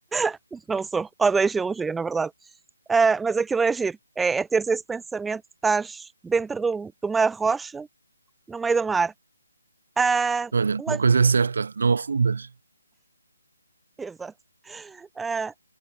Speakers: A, in the centre; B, on the right (about 50°).
A: <laughs> Não sou. Odeio geologia, na verdade. Ah, mas aquilo é giro. É, é teres esse pensamento que estás dentro do, de uma rocha no meio do mar. Ah,
B: Olha,
A: uma,
B: uma coisa é certa, não afundas.
A: exato. Ah,